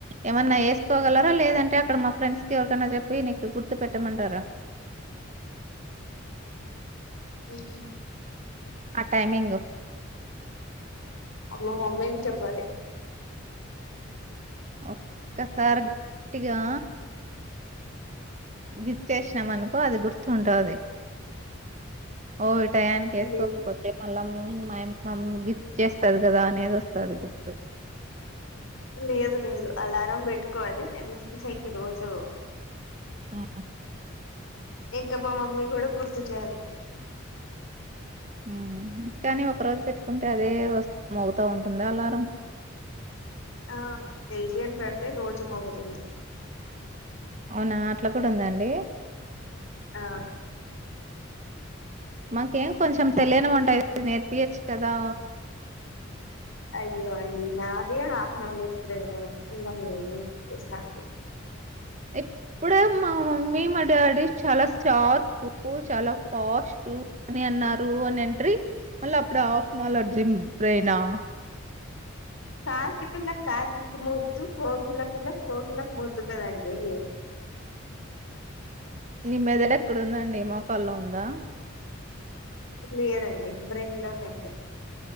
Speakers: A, on the right (about 35°); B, on the left (about 75°).
A: ఏమన్నా వేసుకోగలరా లేదంటే అక్కడ మా ఫ్రెండ్స్ కి ఎవరికైన్నా చెప్పి నీకు గుర్తు పెట్టమంటారా. <inaudible>
B: ఉ
A: ఆ టైమింగు
B: మా మామయ్యకి చెప్పండి
A: ఒక్కసారి గట్టిగా గిచ్చేసినాం అనుకో అది గుర్తుంటుంది ఓ టయానికి వేసుకోకపోతే
B: లే
A: మల్ల మాయమ్ మమ్ గిచేస్తది కదా అనేది వస్తది గుర్తు
B: లేదు లేదు అలారం పెట్టుకోవాలి నేను ఇక్ సైకి ఈ రోజు
A: ఉ
B: ఇక మా మమ్మీ కూడా గుర్తు చేయాలి
A: ఉ కానీ ఒక రోజు పెట్టుకుంటే అదే వస్త్ మోగుతా ఉంటదా అలారం.
B: ఆ డైలీ అని పెడితే రోజు మోగుతుంది
A: అవునా అట్లా కూడా ఉందా అండి
B: ఆ
A: మాకేం కొంచెం తెలియనివి ఉంటాయ్ నేర్పియచ్చు కదా.
B: అయ్యో అండి నాదే హాఫ్ న్యాలెడ్జి బ్రెయిన్ ఇంగా నీనేమ్ చొప్పిస్తా అండి.
A: ఇప్పుడే మా మమ్మీ మా డాడీ చాలా షార్పు చాలా ఫాస్ట్ టు అని అన్నారు అని అంట్రీ మళ్ళీ అప్పుడ హాఫ్ న్యాలెడ్జి బ్రెయినా.
B: కాకి పిల్ల కాకికి ముద్దు కోకిల పిల్ల కోకిలకు ముద్దు కాదండి.
A: <inaudible> నీ మెదడు ఎక్కడుందండి మొకాళ్ళో ఉందా
B: లేదండి బ్రెయిన్ లోనే ఉంది